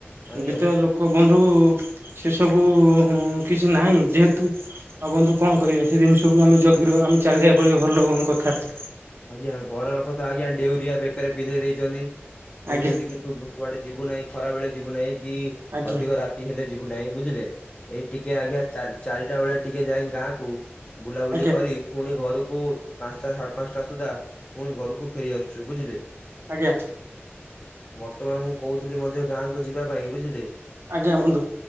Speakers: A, on the left; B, on the right.
A: ଆଜ୍ଞା
B: ଏବେ ତ ଲୋକ ବନ୍ଧୁ ସେ ସବୁ ଉଁ କିଛି ନାହିଁ ଯେହେତୁ ଆଉ ବନ୍ଧୁ କଣ କରିବେ? ସେ ଜିନିଷକୁୁ ଆମେ ଜଗି ର ଆମେ ଚାଲିବାକୁ ପଡିବ ଘଲୋକଙ୍କ କଥାରେ।
A: ଆଜ୍ଞା ବର ରଖ ତ ଆଜ୍ଞା ଡେଉରିଆ ବେକରେ ପିନ୍ଧେଇ ଦେଇଛନ୍ତି। କହୁଛନ୍ତି
B: ଆଜ୍ଞା
A: କି ତୁ କୁଆଡେ ଯିବୁ ନାହିଁ ଖରା ବେଳେ ଯିବୁ ନାହିଁ କି
B: ଆଜ୍ଞା
A: ଅଧିକ ରାତି ହେଲେ ଯିବୁ ନାହିଁ ବୁଝ ବୁଝିଲେ ଏଇ ଟିକେ ଆଜ୍ଞା ଚାରି ଚାରିଟା ବେଳେ ଟିକେ ଯାଇ ଗାଁ କୁ। ବୁଲାବୁଲି
B: ଆଜ୍ଞା
A: କରି ପୁଣି ଘରକୁ ପାଞ୍ଚଟା ସାଢେ଼ ପାଞ୍ଚଟା ସୁଦ୍ଧା ପୁଣି ଘରକୁ ଫେରି ଆସୁଛୁ ବୁଝିଲେ।
B: ଆଜ୍ଞା।
A: ବର୍ତ୍ତମାନ ମୁଁ କହୁଥିଲି ମଧ୍ୟ ଗାଁକୁ ଯିବା ପାଇଁ ବୁଝିଲେ
B: ଆଜ୍ଞା, ବନ୍ଧୁ।